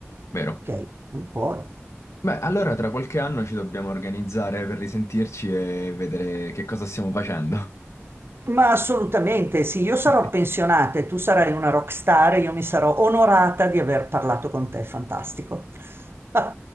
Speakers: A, on the left (about 80°); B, on the right (about 55°).
A: Vero.
B: ok? Non puoi.
A: Beh, allora tra qualche anno ci dobbiamo organizzare per risentirci e vedere che cosa stiamo facendo.
B: Ma assolutamente sì, io
A: <laughs>
B: sarò pensionata e tu sarai una rockstar e io mi sarò onorata di aver parlato con te, fantastico. <laughs>